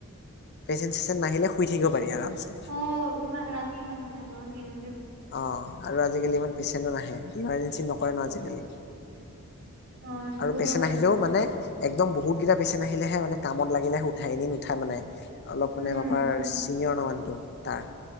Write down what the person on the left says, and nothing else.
পেচেণ্ট চেচেণ্ট নাহিলে শুই থাকিব পাৰি আৰামছে।
অ' আৰু আজিকালি ইমান পেচেণ্টো নাহে, ইমাৰজেঞ্চিত নকৰে ন' আজিকালি।
আৰু পেচেন
আহিলেও মানে একদম বহুতকেইটা পেচেন আহিলেহে মানে কামত লাগিলে উঠাই, এনে নুঠাই মানে। অলপ
মানে পাপাৰ চিনিয়ৰ ন' মানুহটোত তাৰ।